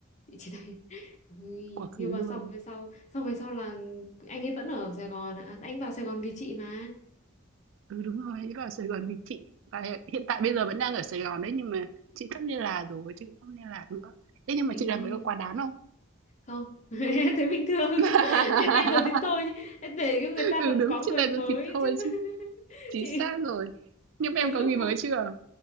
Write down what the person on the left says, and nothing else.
chị chỉ thấy <laughs> Ui,
nhưng mà
xong về sau xong về sau là anh ấy vẫn ở Sài Gòn ạ anh vào Sài Gòn vì chị mà
ý
không <laughs> thế bình thường
<laughs> chia tay rồi thì thôi để cho người ta
còn
có người
mới
chứ
<laughs>
chị
đến
lúc